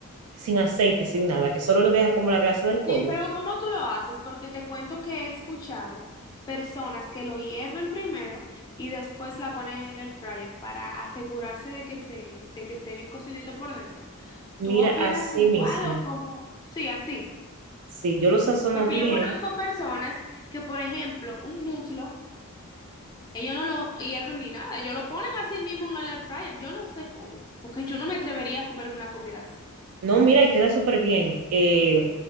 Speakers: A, on the right (about 80°); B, on the left (about 20°).
A: sin aceite, sin nada, que solo le deja como la grasa del pollo.
B: Sí, pero ¿cómo tú lo haces? Porque te cuento que he escuchado personas que lo hierven primero y después la ponen en el air fryer para asegurarse de que se, de que esté bien cocidito por dentro.
A: Mira,
B: ¿Tú opinas
A: así
B: igual
A: mismo,
B: o cómo? Sí, así.
A: si yo lo sazono
B: Porque
A: bien,
B: yo conozco personas que, por ejemplo, un muslo, ellos no lo hierven ni nada, ellos lo ponen así mismo en el air fryer. Yo no sé cómo, porque yo no me atrevería a comerme una comida así.
A: no, mira, y queda súper bien. Eh,